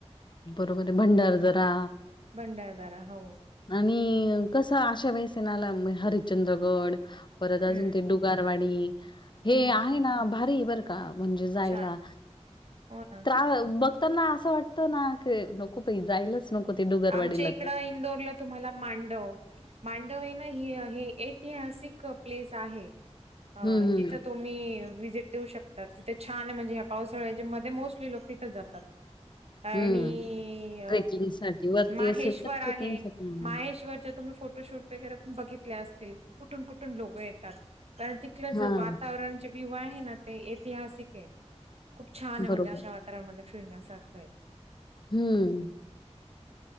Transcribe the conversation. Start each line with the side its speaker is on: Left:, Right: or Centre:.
Left: बरोबर आहे भंडार दरा.
Right: भंडार दरा हो
Left: आणि कसा अशा वेळेला हरिश्चंद्रगड परत अजून
Right: हं,
Left: ते डु <unintelligible> रवाडी हे
Right: हं,
Left: आहे ना भारी बर म्हणजे जायला
Right: छान. हो ना.
Left: त्रा बघ त्यांना असं वाटतं ना क नको प जायलाच नको ते डुगरवाडीला
Right: आमच्या
Left: तर.
Right: <unintelligible> तुम्हाला मांडव मांडव ऐतिहास प्लेस आहे
Left: हम्म
Right: जिथ
Left: हम्म
Right: त विजिट देऊ शकता तिथे छान आहे म्हणजे ह्या पावसाळ्याच्या मध्ये मोस्टली लोक तिथे जातात. आणि
Left: हम्म ट्रेकिंगसाठी वरती
Right: माहेश्वर
Left: असेल तर ट्रेकिंगसाठी
Right: आहे
Left: म्हणा.
Right: माहेश माहेश्वर तुम्ही फोटोशूट पण बघितले असतील कुूठून कुठून लोक येतात कारण तिथलं
Left: हा
Right: वातावरण ते विव आहे ना ते ऐतिहासिक आहे खूप छान आहे
Left: बरोबर
Right: म्हणजे अशा वा मध्ये फिरण्यासारखं आहे.
Left: हम्म